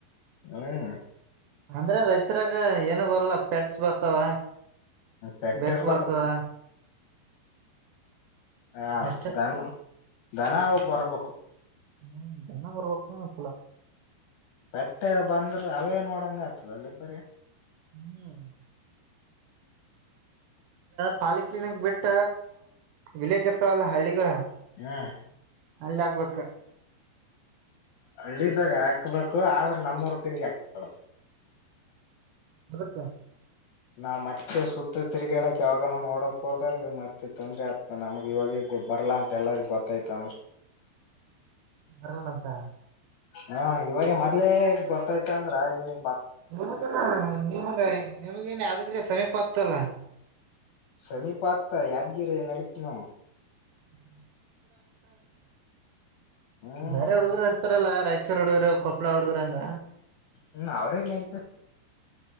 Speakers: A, on the left; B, on the right.
A: ಹ್ಮ್
B: ಅಂದ್ರ ರೈಚೂರ್ ಆಗ ಏನು ಬರ್ಲ್ಲ ಪೆಟ್ಸ್ ಬರ್ತಾವ
A: ಪೆಟ್ಟ
B: ಬೆಕ್ಕು
A: ಇರ್ಬಾರ್ದಪ್ಪಾ
B: ಬರ್ತವ
A: ಹಾ
B: ಅಷ್ಟೇ
A: ದನ್ ದನ ಅವು ಬರ್ಬೇಕು
B: ಹ್ಮ ದನವ ಬರ್ಬೇಕು <unintelligible>
A: ಪೇಟ್ಟೆ ಬಂದ್ರ ಅವೇ ನೋಡಂಗ ಆಗ್ತದಲ್ಲೇ ಬರಿ
B: ಹ್ಮ್ ಪಾಲಿಕ್ಲಿನಿಕ್ ಬಿಟ್ಟ ವಿಲೇಜ್ ಇರ್ತಾವಲ್ಲ ಹಳ್ಳಿಗಳು
A: ಹ್ಮ್
B: ಅಲ್ ಹಾಕಬೇಕು
A: ಹಳ್ಳಿದಾಗ ಹಾಕ್ಬೇಕು ಆದ್ರೆ ನಮ್ಮೂರ್ ಕಡೆಗೆ ಹಾಕಬರ್ದು
B: ಯದಕ್ಕ
A: ನಾವ್ ಮತ್ತೆ ಸುತ್ತ ತಿರುಗಾಡಕ್ ಯಾವಾಗನ ನೋಡಕ್ ಹೋದಾಗ ಮತ್ತೆ ತೊಂದ್ರೆ ಆತ್ ನಮ್ಗ್ ಇವಾಗ ಬರ್ಲಾಅಂತ ಎಲ್ಲರಿ ಗೊತ್ತಾಯ್ತ ಅಂದ್ರೆ
B: ಬರಲ್ಲಂತ
A: ಹಾ ಇವಾಗ ಮೊದ್ಲೆೇ ಗೊತ್ತಾಯ್ತ ಅಂದ್ರ ಇವ್ನಿ
B: ನಿಮಗ ನಿಮಗ ನಿಮಗೇನ ಆದಗ್ರೆ ಸಮೀಪ ಆತಲ್ಲ
A: ಸನಿ ಪಾತ ಯಾದಗರೇ ನಡತನಂ
B: <unintelligible>
A: ಹ್ಮ್
B: ಬೇರೆ ಹುಡುಗರು ಇರ್ತಾರಲ್ಲ ರಾಯಚೂರ್ ಹುಡ್ಗರು ಕೊಪ್ಪಳ ಹುಡ್ಗರುಂಗ
A: ಹ್ಮ್ ಅವ್ರಗ್ ನಡೀತ